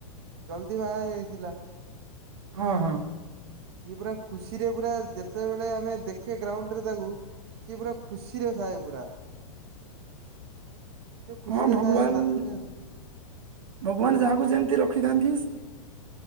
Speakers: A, on the right; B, on the right.
A: ଜଲଦି ବାହା ହେଇଯାଇଥିଲା।
B: ହଁ, ହଁ।
A: ସିଏ ପୁରା ଖୁସିରେ ପୁରା ଯେତେବେଳେ ଆମେ ଦେଖେ ଗ୍ରାଉଣ୍ଡରେ ତାକୁ ସିଏ ପୁରା ଖୁସିରେ ଥାଏ ପୁରା। ଏତେ ଖୁସିରେ
B: ହଁ, ଭଗବାନ,
A: ଥାଏ ନାତିରେ
B: ଭଗବାନ ଯାହାକୁ ଯେମିତି ରଖିଥାନ୍ତି।